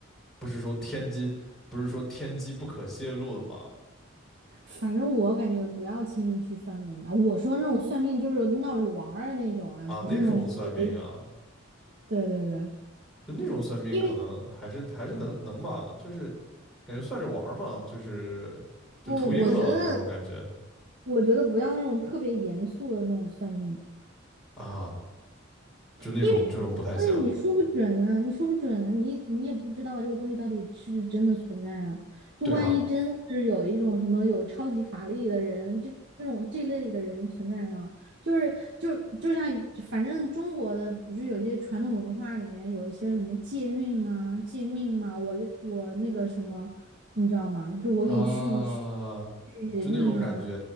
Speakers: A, in the centre; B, on the right.
A: 不是说天机，不是说天机不可泄露的吗？
B: 反正我感觉不要轻易去算命吧。我说那种算命就是闹着玩儿的那种啊，
A: 啊，那种算命啊，
B: 不是那种特别对对对，
A: 就那种算命可能还是还是能能吧，
B: 因为
A: 就是感觉算着玩儿嘛，就是就图一乐那种感觉
B: 我我觉得我觉得不要那种特别严肃的那种算命。
A: 啊，就那种这种不太行。
B: 因为很多东西你说不准啊，你说不准啊，你你也不知道这个东西到底是不是真的存在啊。就万一真的是有一种什么有超级法力的人，
A: 对啊
B: 这这种这类的人存在呢，就是就就像反正中国的不是有些传统文化里面有一些什么借运吗、借命吗？我给我那个什么，你知道吗？就我给你续续
A: 啊，
B: 续命啊，
A: 就那种感觉，